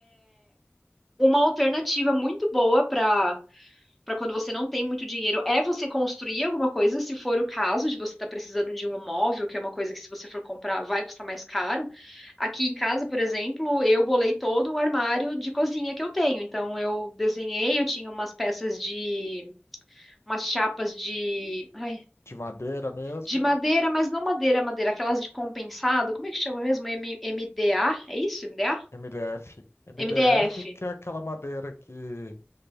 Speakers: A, in the centre; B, on the left (about 80°).
A: uma alternativa muito boa para para quando você não tem muito dinheiro é você construir alguma coisa, se for o caso de você estar precisando de um móvel, que é uma coisa que se você for comprar vai custar mais caro. Aqui em casa, por exemplo, eu bolei todo o armário de cozinha que eu tenho. Então eu desenhei, eu tinha umas peças de umas chapas de, ai,
B: de madeira mesmo,
A: de madeira, mas não madeira, madeira, aquelas de compensado, como é que chama mesmo? M- MDA? É isso? MDA?
B: MDF. MDF,
A: MDF.
B: que é aquela madeira que